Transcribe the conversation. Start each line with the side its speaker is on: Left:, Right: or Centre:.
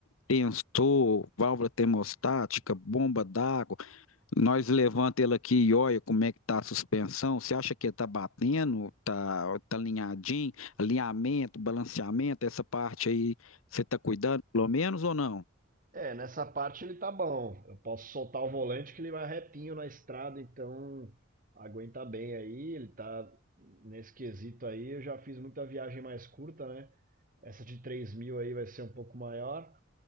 Left: tensor, válvula termostática, bomba d'água. Nós levanta ele aqui e olha como é que tá a suspensão. Você acha que tá batendo? Tá, tá alinhadinho? Alinhamento, balanceamento, essa parte aí, você tá cuidando pelo menos ou não?
Right: É, nessa parte ele tá bom. Eu posso soltar o volante que ele vai retinho na estrada, então aguenta bem aí. Ele tá nesse quesito aí. Eu já fiz muita viagem mais curta, né? Essa de 3 mil aí vai ser um pouco maior,